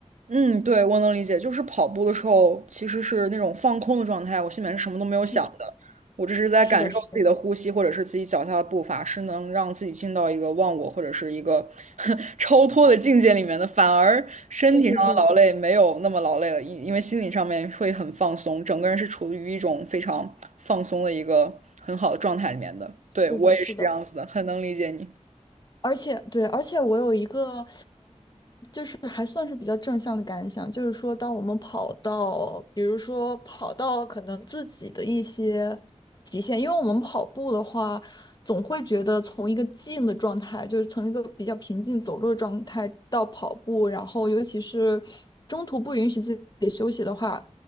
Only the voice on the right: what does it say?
嗯，对，我能理解，就是跑步的时候其实是那种放空的状态，我心里面是什么都没有想的，
我只是在感受自己的呼吸或者是自己脚下的步伐，
是能让自己进到一个忘我或者是一个 <laughs> 超脱的境界里面的，反而身体上的劳累没有那么劳累了，
因因为心理上面会很放松，整个人是处于一种非常放松的一个很好的状态里面的。对，
我也是这样子的，
很能理解你。